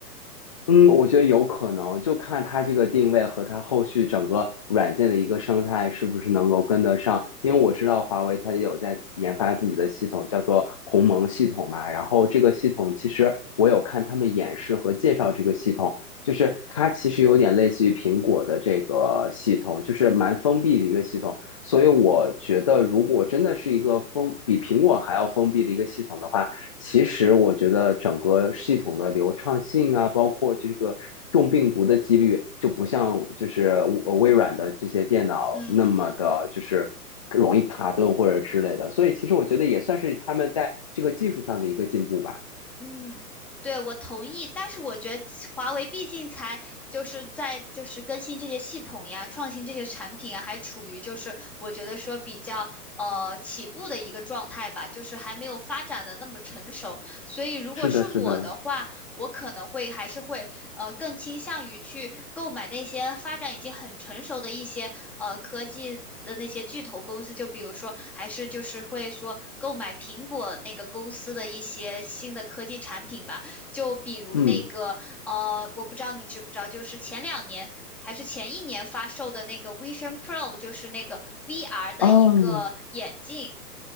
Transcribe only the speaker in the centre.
嗯
嗯，对，我同意，但是我觉得华为毕竟才就是在就是更新这些系统呀，创新这些产品啊，还处于就是我觉得说比较呃起步的一个状态吧，就是还没有发展的那么成熟。所以如果是我的话，
我可能会还是会呃更倾向于去购买那些发展已经很成熟的一些呃科技。的那些巨头公司，就比如说，还是就是会说购买苹果那个公司的一些新的科技产品吧，就比如那个呃，
我不知道你知不知道，就是前两年还是前一年发售的那个 Vision Pro，就是那个 VR 的一个眼镜，